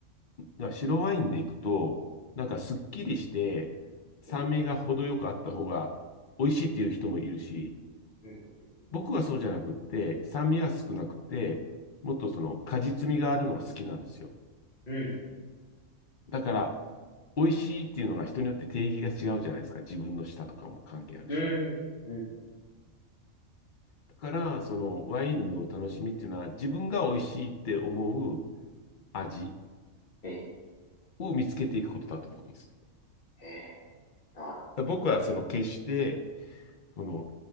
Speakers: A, on the left; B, on the left.
A: な白ワインでいくと、なんかすっきりして、酸味が程よくあった方が美味しいっていう人もいるし、
B: え、ええ、ねう
A: 僕はそうじゃなくって、酸味が少なくて、もっとその果実味があるのが好きなんですよ。
B: ん
A: だから、美味しいっていうのが人によって定義が違うじゃないですか。自分の舌とかも関係あるし。
B: うんうんうんうんうんうんうん
A: だから、そのワインの楽しみっていうのは、自分が美味しいって思う味
B: ええ、
A: を見つけていくことだと思うんです。
B: ええ、なるほ
A: だから僕はその決して、その、